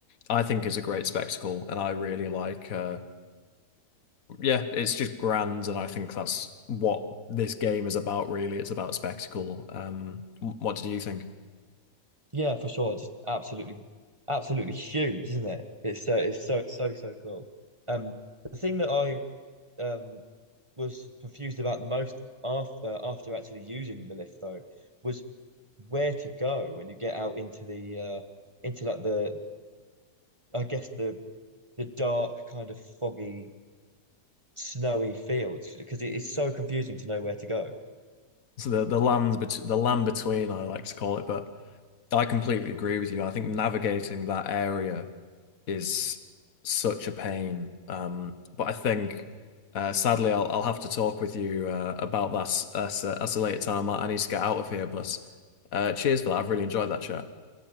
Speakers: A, on the left (about 55°); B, on the right (about 20°).
A: I think it's a great spectacle, and I really like. Uh, yeah, it's just grand, and I think that's what this game is about. Really, it's about spectacle. Um, wh- what did you think?
B: Yeah, for sure. Just absolutely absolutely huge, isn't it? It's so it's so so so cool. Um the thing that I um was confused about the most after after actually using the lift though was where to go when you get out into the uh into like the I guess the the dark kind of foggy snowy fields because it is so confusing to know where to go.
A: So the the land bet the land between, I like to call it, but I completely agree with you. I think navigating that area. is such a pain. Um, but I think uh, sadly I'll I'll have to talk with you uh, about that at a, at a later time. I, I need to get out of here, but uh, cheers for that. I've really enjoyed that chat.